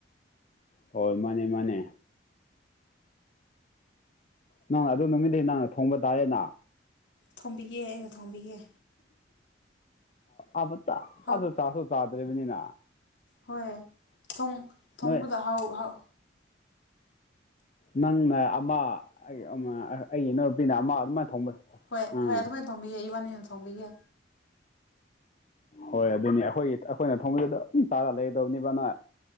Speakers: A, on the left; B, on the left.
A: ꯍꯣꯏ ꯃꯥꯅꯦ ꯃꯥꯅꯦ ꯅꯪ ꯑꯗꯨ ꯅꯨꯃꯤꯠꯇꯗꯤ ꯅꯪꯅ ꯊꯣꯡꯕ ꯇꯥꯔꯦꯅ
B: ꯊꯣꯡꯕꯤꯒꯦ ꯑꯩꯅ ꯊꯣꯡꯕꯤꯒꯦ
A: ꯑꯃꯇ
B: ꯍꯥꯎ
A: ꯆꯥꯁꯨ ꯆꯥꯗ꯭ꯔꯤꯕꯅꯤꯅ
B: ꯍꯣꯏ ꯊꯣꯡ ꯊꯣꯡꯕꯗ
A: ꯅꯣꯏ
B: ꯍꯥꯎ ꯍꯥꯎ
A: ꯅꯪꯅ ꯑꯃ ꯑꯩꯒꯤ ꯑꯃ ꯑꯩꯒꯤ ꯅꯨꯄꯤꯅ ꯑꯃ ꯑꯗꯨꯃꯥꯏꯟ ꯊꯣꯡꯕ
B: ꯍꯣꯏ
A: ꯎꯝ
B: ꯍꯣꯏ ꯑꯗꯨꯃꯥꯏꯅ ꯊꯣꯡꯕꯤꯒꯦ ꯢꯕꯥꯟꯅꯤꯅ ꯊꯣꯡꯕꯤꯒꯦ
A: ꯍꯣꯏ ꯑꯗꯨꯅꯤ ꯑꯈꯣꯏꯒꯤ ꯑꯈꯣꯏꯅ ꯊꯣꯡꯕꯗꯨ ꯑꯗꯨꯝ ꯆꯥꯔ ꯂꯩꯒꯗꯕꯅꯤꯕ ꯅꯣꯢ